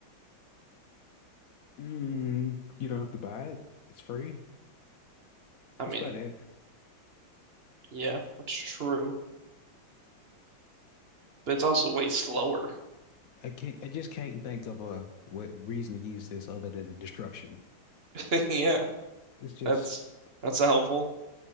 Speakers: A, on the left; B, on the right.
A: Mm, you don't have to buy it. It's free.
B: I
A: That's
B: mean,
A: about it.
B: yeah, that's true, but it's also way slower.
A: I can't, I just can't think of a what reason to use this other than destruction.
B: <laughs> Yeah,
A: It's just
B: that's that's not helpful.